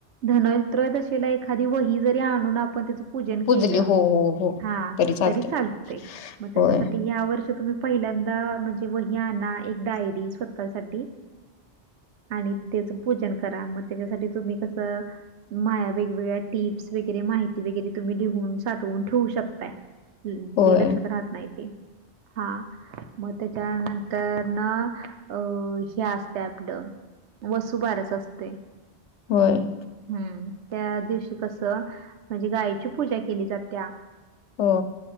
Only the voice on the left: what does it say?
पुजली
हो हो हो
चालतय
होय
होय
होय.
हो.